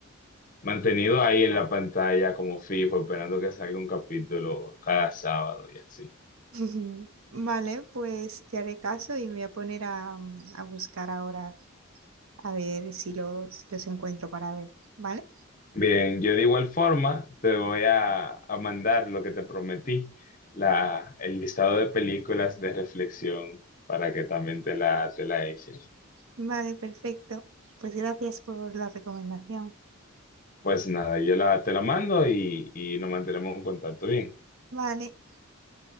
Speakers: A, on the left; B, on the right.
A: Mantenido ahí en la pantalla como fijo, esperando que salga un capítulo cada sábado y así.
B: <laughs> Vale, pues te haré caso y me voy a poner a, mm, a buscar ahora a ver si los, si los encuentro para ver. ¿Vale?
A: Bien, yo de igual forma te voy a, a mandar lo que te prometí, la, el listado de películas de reflexión para que también te la, te la eches.
B: Vale, perfecto. Pues gracias por la recomendación.
A: Pues nada, yo la, te la mando y, y nos mantenemos en contacto. Bien,
B: Vale,